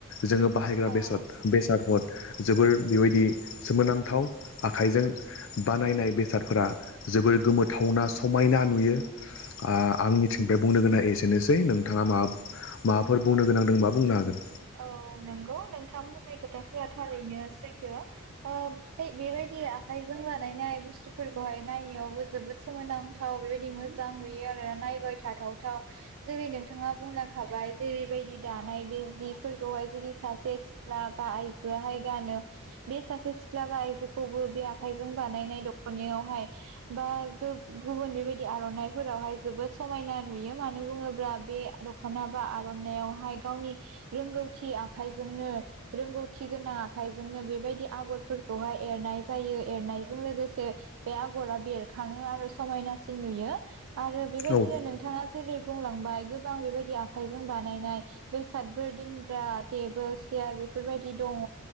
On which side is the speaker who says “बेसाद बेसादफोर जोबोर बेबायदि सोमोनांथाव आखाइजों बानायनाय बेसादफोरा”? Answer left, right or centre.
Left